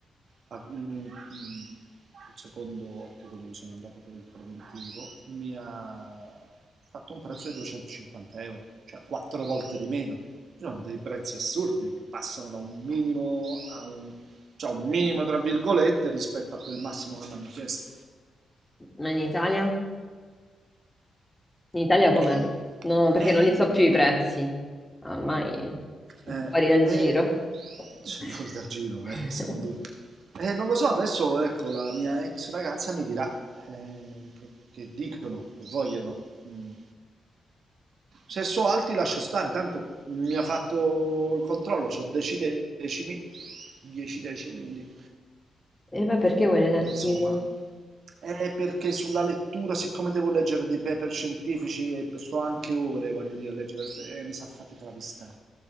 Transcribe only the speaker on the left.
Ma in Italia?
In Italia com'è?
No, perché
non li so più i prezzi. Ormai sono
fuori dal
giro.
<laughs>
E beh, perché
vuoi
le lenti?